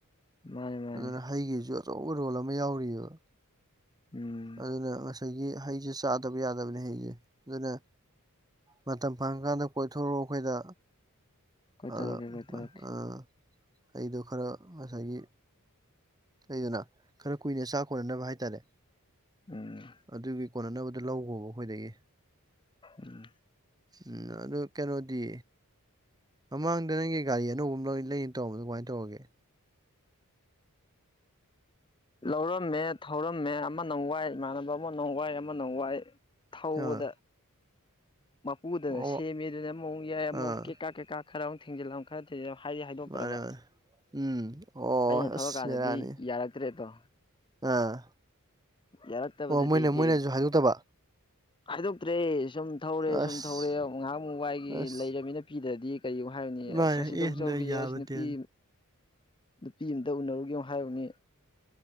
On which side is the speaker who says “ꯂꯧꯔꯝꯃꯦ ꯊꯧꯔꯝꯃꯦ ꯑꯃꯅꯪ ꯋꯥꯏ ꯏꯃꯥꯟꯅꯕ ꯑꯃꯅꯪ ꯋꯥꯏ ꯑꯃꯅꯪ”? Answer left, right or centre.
Left